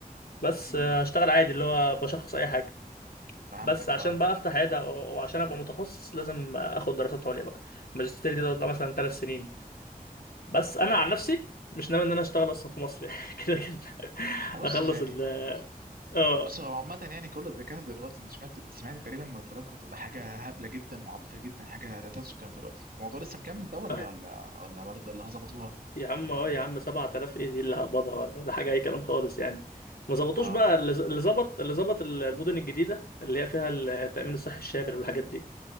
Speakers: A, on the left; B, on the right.
A: بس
B: امم
A: آه، هشتغل عادي اللي هو بشخص اي حاجه
B: فهمتك
A: بس عشان
B: اه
A: بقى افتح عياده او أو عشان ابقى متخصص لازم اخد دراسات عليا بقى الماجستير دي تقعد لها مثلا ثلاث سنين بس انا عن نفسي مش ناوي ان انا اشتغل اصلا في مصر يعني <laughs> كده كده
B: بص
A: اخلص
B: يعني
A: ال اه
B: بص هو عامة يعني كل الدكاترة دلوقتي انت سمعت سمعت تقريبا مرتبات كنت بقى حاجة هبلة جدا وعبيطة جدا حاجة لا تذكر دلوقتي الموضوع لسه مكمل ده ولا
A: طيب
B: ولا ولا برضه ولا ظبطوها
A: يا عم اه يا عم 7000 ايه دي اللي هقبضها ولا ده حاجه اي كلام خالص يعني ما ظبطوش
B: اه
A: بقى اللي ز- اللي ظبط اللي ظبط المدن الجديده اللي هي فيها التامين الصحي الشامل والحاجات دي